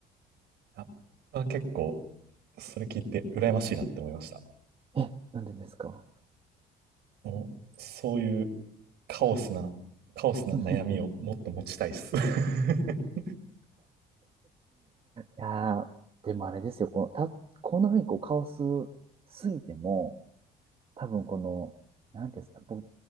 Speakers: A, on the right; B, on the right.
A: あ、僕は結構、それ聞いて羨ましいなって思いました。
B: え、なんでですか
A: もう、そういうカオスな、カオスな悩みをもっと持ちたいっす。
B: <laughs> い
A: <laughs>
B: やーでもあれですよ、このた、こんな風にこうカオスすぎても、多分この、なんていうんですか、僕、